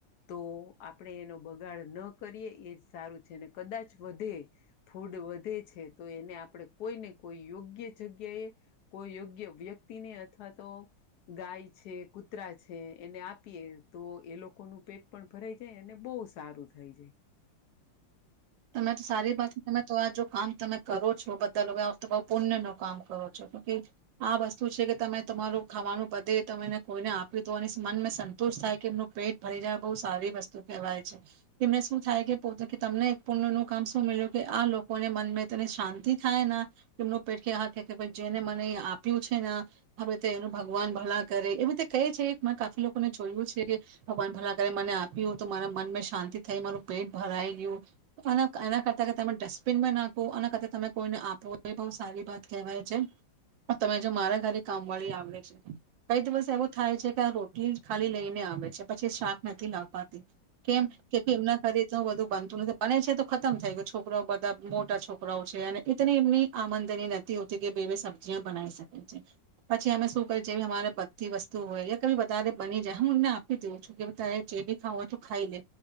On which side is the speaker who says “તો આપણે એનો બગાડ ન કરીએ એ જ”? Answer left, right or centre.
Left